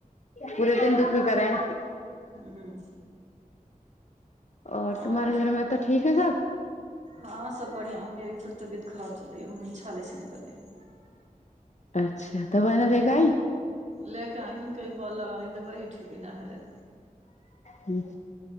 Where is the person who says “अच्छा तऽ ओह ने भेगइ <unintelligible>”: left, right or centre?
Left